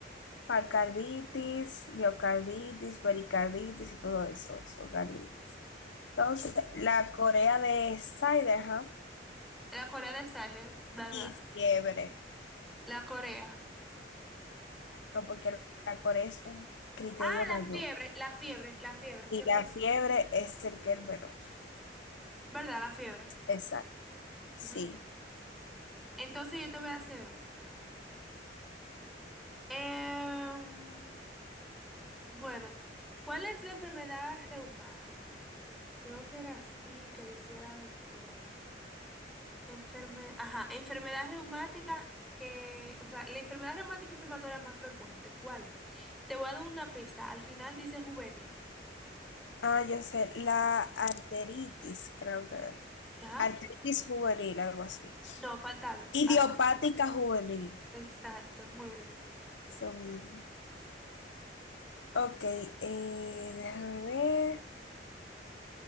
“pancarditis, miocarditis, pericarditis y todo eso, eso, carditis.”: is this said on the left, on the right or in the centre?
Left